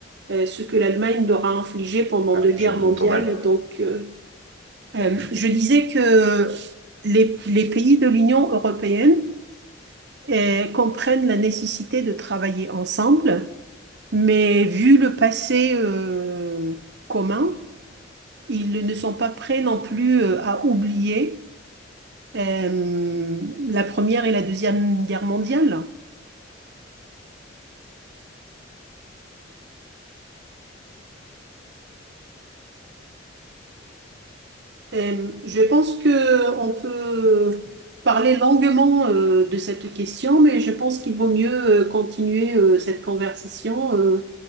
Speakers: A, on the right (about 60°); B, on the right (about 85°).
A: euh, ce que l'Allemagne leur a infligé pendant
B: Ah,
A: deux guerres
B: je vous
A: mondiales.
B: entends mal.
A: Donc, euh, euh, je disais que les, les pays de l'Union européenne euh, comprennent la nécessité de travailler ensemble, mais vu le passé euh, commun, ils ne sont pas prêts non plus euh, à oublier euh, la Première et la Deuxième Guerre mondiale. Euh, je pense que on peut parler longuement euh, de cette question, mais je pense qu'il vaut mieux euh, continuer euh, cette conversation euh,